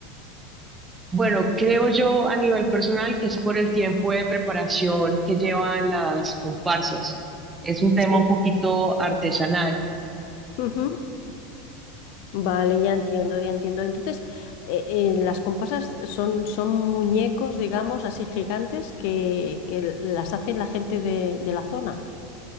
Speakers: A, on the right; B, on the left.
A: Bueno, creo yo a nivel personal que es por el tiempo de preparación que llevan las comparsas. Es un tema
B: Sí.
A: un poquito artesanal.
B: Ujú. Vale, ya entiendo, ya entiendo. Entonces, eh, eh, las comparsas son, son muñecos, digamos, así gigantes que, que las hace la gente de, de la zona.